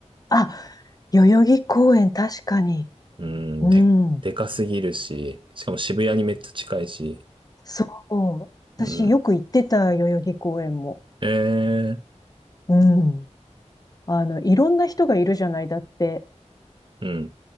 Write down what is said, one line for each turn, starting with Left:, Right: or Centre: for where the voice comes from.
Left: あ、代々木公園確かに。
Right: うん、
Left: うん。
Right: で、でかすぎるし、しかも渋谷にめっちゃ近いし、
Left: そう。私よく行ってた、
Right: うん。
Left: 代々木公園も。
Right: えー、
Left: うん。あの、いろんな人がいるじゃない、だって。
Right: うん。